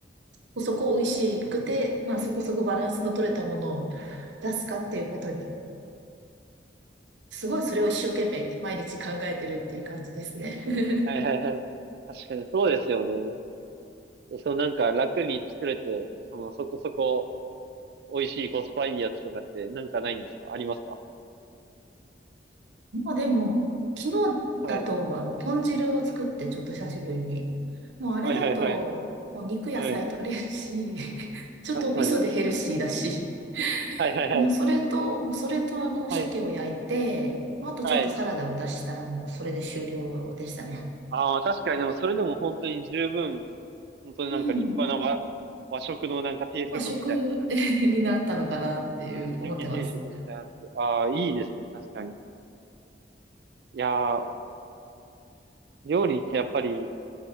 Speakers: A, on the right; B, on the right.
A: こそこ美味しくて、まあそこそこバランスの取れたものを出すかっていうことにすごいそれを一生懸命毎日考えてるっていう感じですね。<laughs>
B: はいはいはい。はいはいはいはいはいはいはいまあそうですよね <laughs> はいはいはい確かにそうですよね。そうなんか楽に作れて、そのそこそこ美味しいコスパいいやつとかってなんかないんですかありますか
A: まあでも、昨日だと、
B: はい。
A: あの、豚汁を作って、ちょっと久しぶりに。もうあれだと、
B: はいはいはい。
A: もう肉野菜取れるし、
B: はい。
A: <laughs> ちょっと味噌でヘルシーだし。
B: 確かに。はいはいはい。
A: もうそれと、もうそれとあの、
B: はい。
A: 鮭を焼いて、まああとちょっとサラダを出したらもうそれで終了でしたね。
B: はい。ああ、確かにでもそれでも本当に十分、本当になんか立派な和、
A: うん。
B: 和食のなんか定食みたいな感じ。
A: まあ食 <laughs> になったのかなっていう思ってます。
B: 焼き鮭定食みたいなやつ。ああ、いいですね。確かに。いやー、料理ってやっぱり、